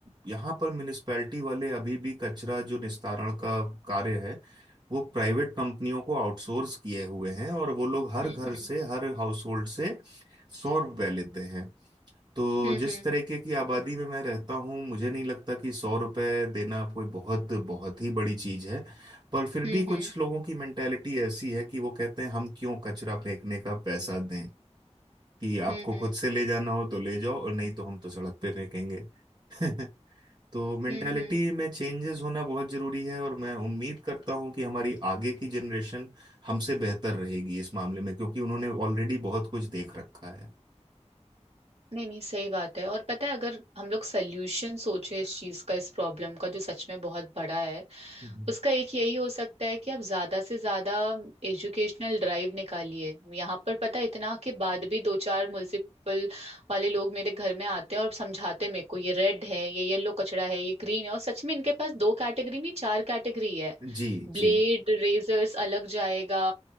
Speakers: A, on the right; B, on the right.
A: यहाँ पर म्युनिसपैलिटी वाले अभी भी कचरा जो निस्तारण का कार्य है वो प्राइवेट कंपनियों को आउटसोर्स किए हुए हैं और वो लोग हर
B: हम्म
A: घर से हर हाउस होल्ड से सौ रुपए लेते हैं तो
B: हम्म
A: जिस तरीके की आबादी में मैं रहता हूँ मुझे नहीं लगता कि सौ रुपये देना कोई बहुत बहुत ही बड़ी चीज़ है पर फिर
B: हम्म
A: भी कुछ
B: हम्म हम्म
A: लोगों की मेंटेलिटी ऐसी है कि वो कहते हैं हम क्यों कचरा फेंकने का पैसा दें कि आपको
B: हम्म हम्म
A: खुद से ले जाना हो तो ले जाओ और नहीं तो हम तो सड़क पे फेंकेंगे <laughs> तो मेंटेलिटी
B: हम्म हम्म
A: में चेंजेस होना बहुत ज़रूरी है और मैं उम्मीद करता हूँ कि हमारी आगे की जनरेशन हमसे बेहतर रहेगी इस मामले में क्योंकि उन्होंने ऑलरेडी बहुत कुछ देख रखा है
B: नहीं नहीं सही बात है और पता है अगर हम लोग सोल्यूशन सोचे इस चीज का इस प्रॉब्लम का जो सच में बहुत बड़ा है
A: हम्म।
B: उसका एक यही हो सकता है कि आप ज्यादा से ज्यादा एजुकेशनल ड्राइव निकालिए यहाँ पर पता है इतना के बाद भी दो चार म्युनिसिपल वाले लोग मेरे घर में आते हैं और समझाते हैं मेरे को ये रेड है ये येलो कचरा है ये ग्रीन है और सच में इनके पास दो कैटेगरी नहीं चार कैटेगरी है
A: जी जी
B: ब्लेड रेजर्स अलग जाएगा